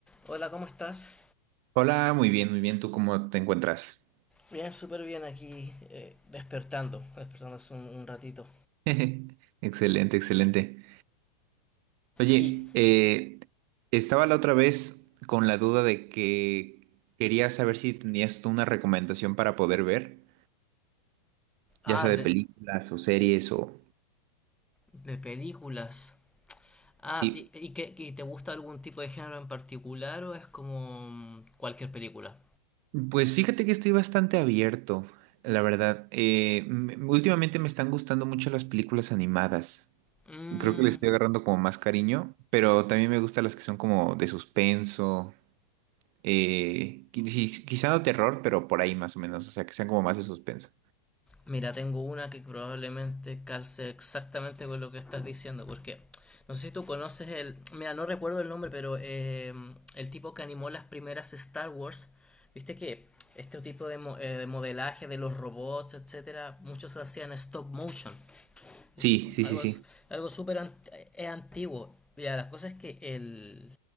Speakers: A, in the centre; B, on the right.
A: Hola, ¿cómo estás?
B: Hola, muy bien, muy bien. ¿Tú cómo te encuentras?
A: Bien, súper bien aquí, eh, despertando, despertando hace un, un ratito.
B: <laughs> Excelente, excelente. Oye,
A: Y,
B: eh, estaba la otra vez con la duda de que quería saber si tenías tú una recomendación para poder ver,
A: ah,
B: ya sea
A: de,
B: de películas o series o...
A: de películas. Ah,
B: Sí,
A: ¿y, y qué- y te gusta algún tipo de género en particular o es como mm, cualquier película?
B: pues fíjate que estoy bastante abierto, la verdad. Eh, m- últimamente me están gustando mucho las películas animadas.
A: Mm,
B: Creo que le estoy agarrando como más cariño, pero también me gustan las que son como de suspenso Eh, qui- si- quizá no terror, pero por ahí más o menos. O sea, que sean como más de suspenso.
A: Mira, tengo una que probablemente calce exactamente con lo que estás diciendo, porque no sé si tú conoces el, mira, no recuerdo el nombre, pero eh, el tipo que animó las primeras Star Wars, viste que este tipo de, mo- eh, de modelaje de los robots, etcétera, muchos hacían stop motion.
B: Sí,
A: Es como
B: sí,
A: algo,
B: sí, sí.
A: algo súper ant- eh, antiguo. Mira, la cosa es que el,